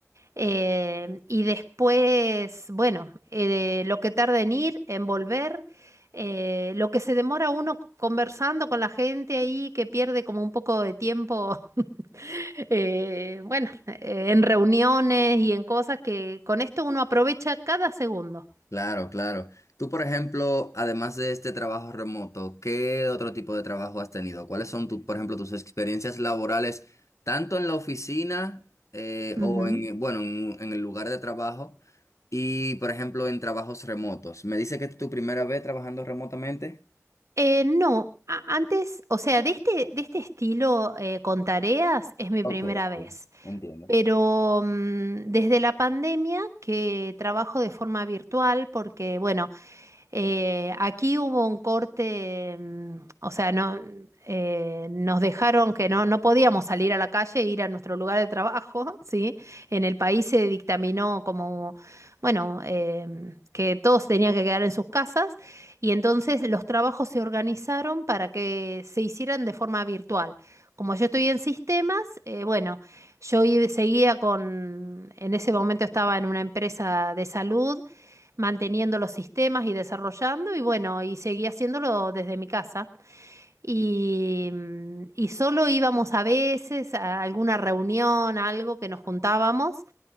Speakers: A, on the right (about 65°); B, on the left (about 65°).
A: Eh, y después, bueno, eh, lo que tarda en ir, en volver, eh, lo que se demora uno conversando con la gente ahí, que pierde como un poco de tiempo, <laughs> eh, bueno, eh, en reuniones y en cosas que con esto uno aprovecha cada segundo.
B: Claro, claro. Tú, por ejemplo, además de este trabajo remoto, ¿qué otro tipo de trabajo has tenido? ¿Cuáles son, tu, por ejemplo, tus experiencias laborales, tanto en la oficina eh,
A: Ujú.
B: o en, bueno, en, en el lugar de trabajo y, por ejemplo, en trabajos remotos? ¿Me dice que es tu primera vez trabajando remotamente?
A: Eh, no, a- antes, o sea, de este, de este estilo eh, con tareas es mi
B: Ok,
A: primera
B: ok,
A: vez.
B: entiendo.
A: Pero mm, desde la pandemia que trabajo de forma virtual porque, bueno, eh, aquí hubo un corte, mm, o sea, no, eh, nos dejaron que no, no podíamos salir a la calle e ir a nuestro lugar de trabajo, <laughs> ¿sí? En el país se dictaminó como, bueno, em, que todos tenían que quedar en sus casas y entonces los trabajos se organizaron para que se hicieran de forma virtual. Como yo estoy en sistemas, eh, bueno, yo i- seguía con, en ese momento estaba en una empresa de salud manteniendo los sistemas y desarrollando y bueno, y seguí haciéndolo desde mi casa. Y, mm, y solo íbamos a veces a alguna reunión, a algo que nos juntábamos,